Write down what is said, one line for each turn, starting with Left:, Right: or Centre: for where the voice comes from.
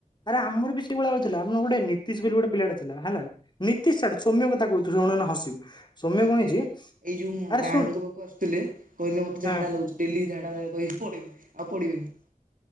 Left: ଆରେ ଆମର ବି ସେଇଭଳିଆ ହଉଥିଲା ଆମର ଗୋଟେ ନୀତିଶ ବୋଲି ଗୋଟେ ପିଲାଟେ ଥିଲା ହେଲା ନୀତିଶ ଛାଡ ସୌମ୍ୟ କଥା କହୁଚୂ ଶୁଣୁଏଇନା ହସିବୁ। ସୌମ୍ୟ
Right: ସିଏ
Left: କଣ ହେଇଛି
Right: ଏଇ ଯୋଉ ମା୍ୟାମଙ୍କୁ
Left: ଆରେ ଶୁଣ
Right: ପାଖକୁ ଆସୁଥିଲେ କହିଲେ ମତେ
Left: ହଁ
Right: ଝାଡ଼ା ଲାଗୁଛି ଡ଼େଲି ଝାଡ଼ା କହି ପଡିବି ଆଉ ପଡିବିନୀ।